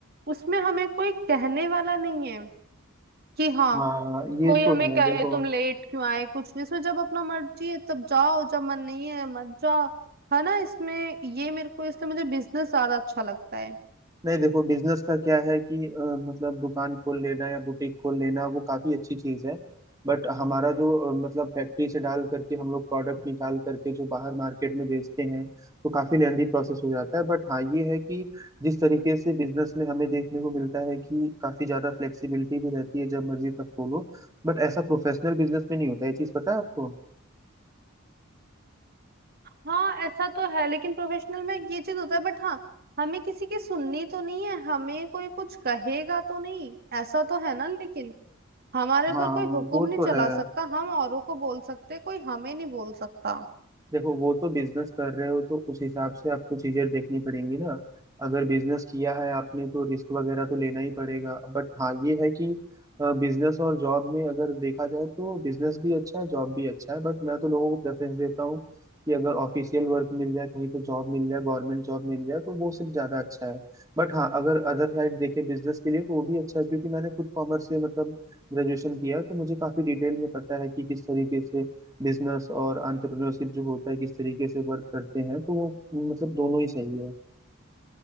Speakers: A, on the right; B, on the right.
A: उसमें हमें कोई कहने वाला नहीं है कि हाँ
B: हाँ ये
A: कोई
B: तो
A: हमें
B: है
A: कहे
B: देखो
A: तुम लेट क्यों आए कुछ नहीं इसमें जब अपना मर्जी है तब जाओ जब मन नहीं है मत जाओ है ना इसमें ये मेरे को इसलिए मुझे बिजनेस ज्यादा अच्छा लगता है
B: नहीं देखो बिजनेस का क्या है कि अ, मतलब दुकान खोल लेना या बुटीक खोल लेना वो काफी अच्छी चीज है बट हमारा जो अ, मतलब फैक्ट्री से डाल करके हम लोग प्रोडक्ट निकाल करके जो बाहर मार्केट में बेचते हैं तो काफी लेंदी प्रोसेस हो जाता है बट हाँ ये है कि जिस तरीके से बिजनेस में हमें देखने को मिलता है कि काफी ज्यादा फ्लेक्सिबिलिटी भी रहती है जब मर्जी तब खोलो बट ऐसा प्रोफेशनल बिजनेस में नहीं होता ये चीज पता है आपको
A: हाँ ऐसा तो है लेकिन प्रोफेशनल में ये चीज होता है बट हाँ हमें किसी की सुननी तो नहीं है हमें कोई कुछ कहेगा तो नहीं ऐसा तो है ना लेकिन हमारे ऊपर
B: हाँ
A: कोई हुक्म
B: वो
A: नहीं
B: तो
A: चला
B: है
A: सकता हम औरों को बोल सकते कोई हमें नहीं बोल सकता
B: देखो वो तो बिजनेस कर रहे हो तो उस हिसाब से आपको चीजें देखनी पड़ेंगी ना अगर बिजनेस किया है आपने तो रिस्क वगैरह तो लेना ही पड़ेगा बट हाँ ये है कि बिजनेस और जॉब में अगर देखा जाए तो बिजनेस भी अच्छा है जॉब भी अच्छा है बट मैं तो लोगों को प्रेफरेंस देता हूँ कि अगर ऑफिशियल वर्क मिल जाए कहीं पे जॉब मिल जाए गवर्नमेंट जॉब मिल जाए तो वो सिर्फ ज्यादा अच्छा है बट हाँ अगर अदर साइड देखे बिजनेस के लिए तो वो भी अच्छा है क्योंकि मैंने खुद कॉमर्स से मतलब ग्रेजुएशन किया है, तो मुझे काफी डिटेल में पता है कि किस तरीके से बिजनेस और entrepreneurship जो होता है किस तरीके से वर्क करते हैं तो वो मतलब दोनों ही सही है